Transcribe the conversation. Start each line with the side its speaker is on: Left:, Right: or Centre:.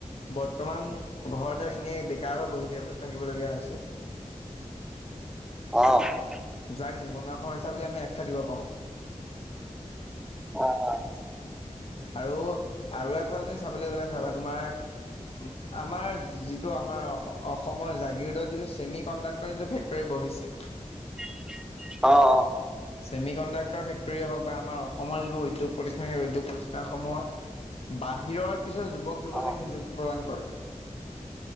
Left: বৰ্তমান ঘৰতে এনেই বেকাৰ হৈ বহি থাকি থাকিবলগীয়া হৈছে।
Centre: <unintelligible>
Left: যাক নিবনুৱা সমস্যা বুলি আমি আখ্যা দিব পাৰো।
Centre: <unintelligible>
Left: আৰু আৰু এফালে তুমি চাবলৈ গ'লে চাবা তোমাৰ আমাৰ যিটো আমাৰ অসমৰ জাগিৰোডত যিটো চেমি কণ্ডাক্টৰ যিটো ফেক্ বহিছে।
Centre: অ' অ'
Left: ছেমি কণ্ডাক্টৰ ফেক্টৰ হওক বা আমাৰ অসমৰ যিবোৰ উদ্যোগ প্ৰতিষ্ঠান সেই উদ্যোগ প্ৰতিষ্ঠানসমূহত বাহিৰৰ কিছু যুৱক-যুৱতীক
Centre: অ অ
Left: নিযুক্তি প্ৰদান কৰে